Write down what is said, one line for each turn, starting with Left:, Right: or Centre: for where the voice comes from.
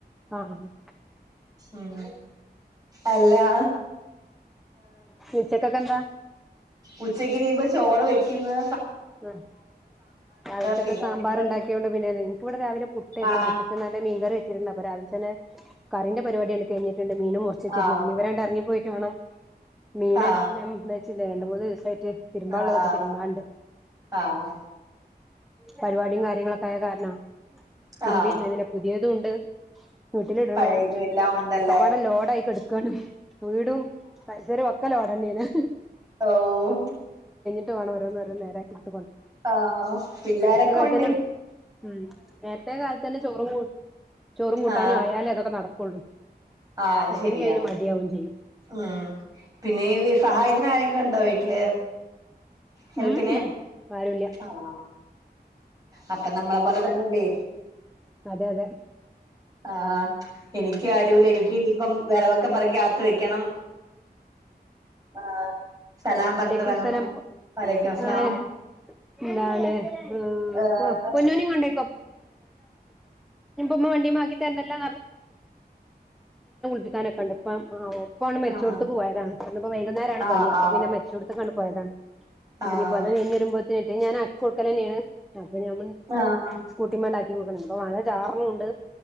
Centre: ആഹ് ഹ
Right: ഉം അല്ലാ
Centre: ന്നി ഉച്ചക്കെക്കെന്താ
Right: ഉച്ചയ്ക്ക് ഇനീപ്പ ചോറ് വെക്കുന്ന്
Centre: ആ രാവിലക്കോക്കെ
Right: പിന്നെ
Centre: സാമ്പാർ
Right: എന്തെങ്കിലും
Centre: ഉണ്ടാക്കിയോണ്ട് പിന്നെ എന് എൻക്ക് ഇവിടെ രാവിലെ പുട്ടരുന്നു
Right: ആ
Centre: പുട്ട് ക്ക് നല്ല മീൻകറി വെച്ചിട്ടുണ്ട്. അപ്പൊ രാവിൽതന്നേ കറീന്റെ പരിപാട്യങ്ങട്ട് കഴിഞ്ഞിട്ടുണ്ട്, മീനും മുർചെച്ച് ട്ടുണ്ട്.
Right: ആ
Centre: നിവരാണ്ട് എറങ്ങി പോയിറ്റ് വേണം മീന്
Right: ആ
Centre: വേം വെച്ചില്ല, രണ്ട് മൂന്ന് ദിവസായി തിരുമ്പാൻ
Right: ആ
Centre: ഉള്ളതൊക്കെ തിരുമ്പാണ്ട്
Right: ആ ആഹ്
Centre: പരിവാട്യും കാര്യങ്ങളൊക്കായ കാരണം തിരുമ്പി
Right: ആ
Centre: ഇടനതിൽ പുതിയതും ഇണ്ട് വീട്ടില് ഇടണോം
Right: പഴയതും എല്ലാം ഉണ്ടല്ലേ
Centre: ഒക്കപ്പാടെ ലോഡായിക്കെടക്കാണ് വീടും പൈസരും ഒക്കെ ലോഡെന്ന്യേണ്
Right: ഓഹ്
Centre: വേണം ഓരോന്നോരോന്നേരത്ത്
Right: ആഹ് പിള്ളേരൊക്കൊണ്ടെ
Centre: കാലത്തന്നെ ഉം നേത്തെേ കാലത്തെന്നെ ചോറും ചോറും കൂട്ടാനും
Right: ആഹ്
Centre: ആയാലേ അതൊക്കെ നടക്കുള്ളൂ
Right: ആഹ് അത്
Centre: അല്ലെങ്കിയയിന്
Right: ശരിയാണ്
Centre: മട്യാവും ചെയ്യും
Right: ഉം പിന്നെ സഹായത്തിന് ആരെങ്കിലും ഉണ്ടോ വീട്ടില് ഹെൽപിന്
Centre: ഉം ആരുല്ല
Right: ആഹ് അപ്പൊ നമ്മളെ പോലെ തന്നെല്ലേ
Centre: അതെ അതെ
Right: ആഹ് എനിക്കാരൂല്ല എനിക്ക് ഇനിയിപ്പം വെറകൊക്കെ പെറുക്കി ആത്ത് വെക്കണം ആഹ് സലാം പറഞ്ഞിട്ടിറങ്ങുന്നു
Centre: വഅലൈക്കുമുസ്സലാം
Right: വലൈക്കും
Centre: <unintelligible>
Right: അസ്സലാം
Centre: എന്താണ് ഉം
Right: ഏഹ്
Centre: പ്പൊ പൊന്നാനി കൊണ്ടോ ഉമ്മ വണ്ടിമ്മേ ആക്കി തരണ്ടല്ലോ ചിക്കാനോക്കെണ്ട് പ്പം ആഹ് ഓഹ് ഇപ്പോൺ മെര്‌ച്ചോട്ത്ത്ക്ക്
Right: ആഹ്
Centre: പോയതാണ് ഇന്ന്പ്പോ വൈകുന്നേരാണ്
Right: ആഹ്
Centre: പണി അപ്പൊ
Right: ആഹ്
Centre: പിന്നെ മെര്ച്ചൂട്ത്ത്ക്കാണ്ട് പോയതാണ് അപ്പിനിപ്പൊ
Right: ആഹ്
Centre: അത് കയിഞ്ഞ് വെരുമ്പോത്തെ റ്റെ ഞാനാ ക്കി കൊട്ക്കലെന്നേണ് അപ്പ ഞമ്മള്
Right: ആഹ്
Centre: സ്കൂട്ടിമ്മാണ്ട് ആക്കി കൊട് <unintelligible> പ്പോ മഴ ചാറ്ണുണ്ട്